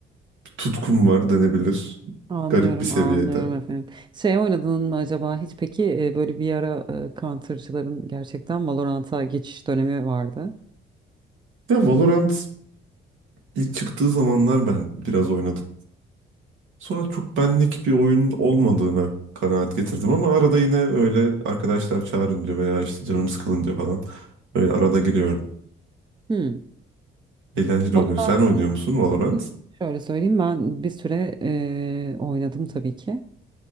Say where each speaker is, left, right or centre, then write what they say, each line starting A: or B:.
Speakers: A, on the right (about 80°); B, on the right (about 25°).
A: bir tutkum var denebilir.
B: Anlıyorum,
A: Garip bir seviyede.
B: anlıyorum efendim. Şey oynadın mı acaba hiç peki e, böyle bir ara e, Counter'cıların gerçekten Valorant'a geçiş dönemi vardı.
A: Ya Valorant ilk çıktığı zamanlar ben biraz oynadım. Sonra çok benlik bir oyun olmadığını kanaat getirdim ama arada yine öyle arkadaşlar çağırınca veya işte canım sıkılınca falan öyle arada giriyorum.
B: Hmm.
A: Eğlenceli
B: Valorant'ın
A: oluyor. Sen oynuyor musun Valorant?
B: şöyle söyleyeyim ben bir süre e, oynadım tabii ki.